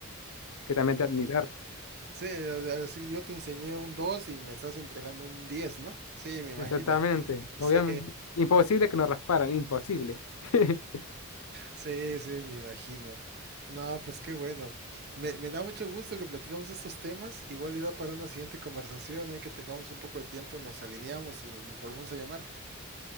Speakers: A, on the left; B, on the right.
A: que también te admirar.
B: Sí, o sea, así yo te enseñé un 2 y me estás entregando un 10, ¿no? Sí, me imagino.
A: Exactamente, obviamente.
B: Sí,
A: Imposible que nos rasparan, imposible. <laughs>
B: sí, sí, me imagino. No, pues qué bueno. Me, me da mucho gusto que platicamos de estos temas. Igual y da para una siguiente conversación. Hay que tengamos un poco de tiempo, nos alineamos y nos volvemos a llamar.